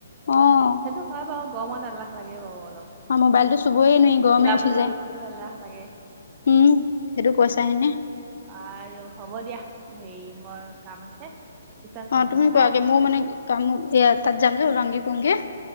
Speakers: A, on the left; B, on the right.
A: অ'।
B: সেইটো হয় বাৰু, গৰমত এলাহ লাগেই বাৰু অলপ।
A: অ', মোবাইলটো চুবই নোৱাৰি গৰমেই
B: ওলাবলৈ
A: উঠি যায়।
B: কৰিবলৈও এলাহ লাগে।
A: উম, সেইটো কৈছা হেনে।
B: আৰু হ'ব দিয়া, হেৰি মোৰ কাম আছে। পিছত ফোন
A: অ', তুমি
B: কৰিম হা।
A: কোৱা আগে, মোৰ মানে কাম এ তাত যাম যে। <unintelligible>